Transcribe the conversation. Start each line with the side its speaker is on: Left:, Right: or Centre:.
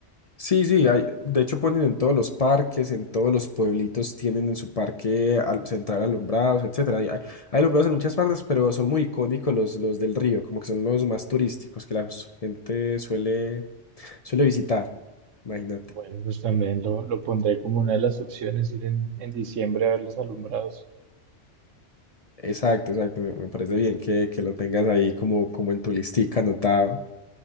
Left: sí, sí, hay, de hecho ponen en todos los parques, en todos los pueblitos tienen en su parque al- central alumbrados, etcétera. Hay, hay- hay alumbrados en muchas partes, pero son muy icónicos los, los del río, como que son los más turísticos que la gente suele Suele visitar, imagínate.
Right: Bueno, pues también lo, lo pondré como una de las opciones, ir en, en diciembre a ver los alumbrados.
Left: Exacto, exacto. Me, me parece bien que, que lo tengas ahí como, como en tu listica anotado.